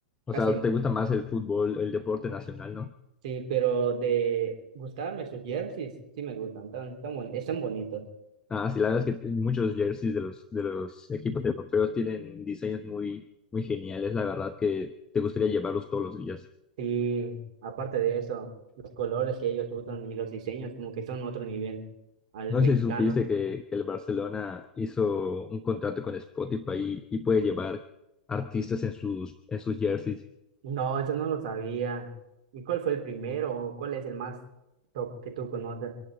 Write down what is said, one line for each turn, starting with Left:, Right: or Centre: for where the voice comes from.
Left: O
Right: casi
Left: sea,
Right: no.
Left: te gusta más el fútbol, el deporte nacional, ¿no?
Right: Sí, pero de gustarme sus jerseys, sí me gustan, tan, tan bon- están bonitos.
Left: Ah, sí, la verdad es que muchos jerseys de los, de los equipos europeos tienen diseños muy, muy geniales, la verdad que te gustaría llevarlos todos los días.
Right: Sí, aparte de eso, los colores que ellos usan y los diseños como que son otro nivel al
Left: No
Right: mexicano.
Left: sé si supiste que, que el Barcelona hizo un contrato con Spotify y, y puede llevar artistas en sus, en sus jerseys.
Right: No, eso no lo sabía. ¿Y cuál fue el primero o cuál es el más top que tú conoces?